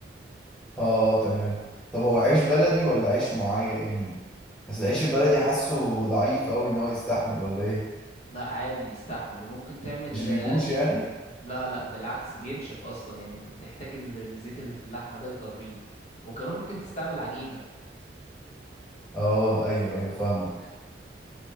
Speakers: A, in the centre; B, on the left.
A: اه تمام طب هو عيش بلدي ولا عيش معين يعني بس العيش البلدي حاسه ضعيف قوي ان هو يستحمل ولا ايه
B: لا عادي بيستحمل وممكن تعمل
A: مش بيبوش يعني
B: لا لا بالعكس بينشف اصلا يعني انت بتحتاج ال- الزيت اللي في اللحمه ده يطريه وكمان ممكن تستعمل عجينه
A: اه ايوه ايوه فاهمك